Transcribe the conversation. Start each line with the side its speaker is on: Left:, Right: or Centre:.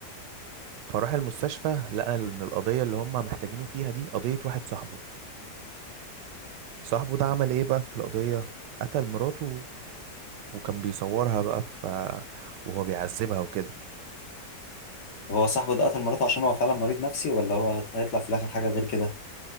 Right: فراح المستشفى لقى ان القضية اللي هم محتاجينه فيها دي قضية واحد صاحبه صاحبه ده عمل ايه بقى في القضية قتل مراته وكان بيصورها بقى ف وهو بيعذبها وكده
Left: طب هو صاحبه ده قتل مراته عشان هو فعلا مريض نفسي ولا هو هت- هيطلع في الاخر حاجه غير كده